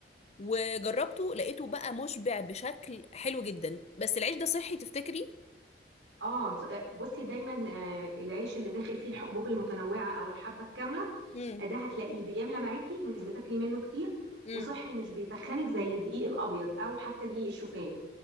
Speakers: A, on the left (about 35°); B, on the right (about 75°).
A: وجربته لقيته بقى مشبع بشكل حلو جدا بس العيش ده صحي تفتكري
B: اه ت- آه، بصي دايما آه العيش اللي داخل فيه الحبوب المتنوعة او الحبة الكاملة
A: امم
B: آه، ده هتلاقيه بيملى معاكي مش بتاكلي منه كتير
A: امم
B: وصحي مش بيتخنك زي الدقيق الابيض او حتى دقيق الشوفان